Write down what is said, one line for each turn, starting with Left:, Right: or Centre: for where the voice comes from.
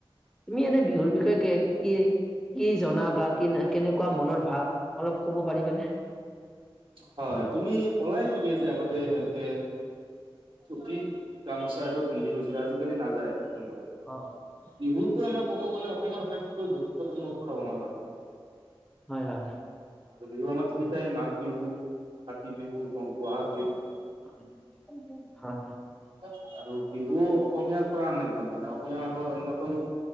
Centre: তুমি এনে বিহুৰ বিষয়ে কে কি কি জনা বা কিনে কেনেকুৱা মনৰ ভাৱ, অলপ ক'ব পাৰিবানে?
Right: হয় তুমি কলাই ঠিকে আছে, আগতে এনেকে ধুতি গামোচা এইবোৰ পিন্ধি গৈছিল, আজিকালি নাযায় কোনেও।
Centre: অঁ'।
Right: বিহুতো আমাৰ ক'ব গ'লে অসমৰ আটাইতকৈ গুৰুত্বপূৰ্ণ উৎসৱ আমাৰ কাৰণে।
Centre: হয়ঁ হয়ঁ।
Right: আৰু বিহু আমাৰ তিনিটাই মাঘ বিহু কাতি বিহু বহাগ বিহু।
Centre: অ্ং ফুং ফুং সাং।
Right: আৰু বিহু অসমীয়াৰ পোৰা একদম মানে, অসমীয়া মানুহৰ অন্যতম